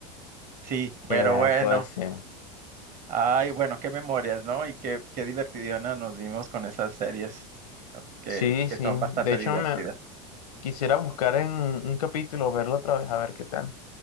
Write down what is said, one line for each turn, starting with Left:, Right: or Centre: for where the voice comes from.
Right: Sí,
Left: que
Right: pero bueno,
Left: puede ser.
Right: ay, bueno, qué memorias, ¿no? Y qué qué divertidona nos dimos con esas series que
Left: Sí,
Right: que
Left: sí.
Right: son bastante
Left: De hecho,
Right: divertidas.
Left: me quisiera buscar en un capítulo, verlo otra vez, a ver qué tal.